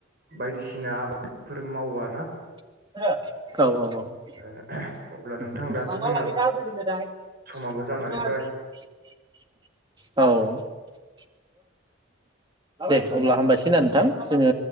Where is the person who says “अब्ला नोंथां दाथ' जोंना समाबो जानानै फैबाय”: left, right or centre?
Right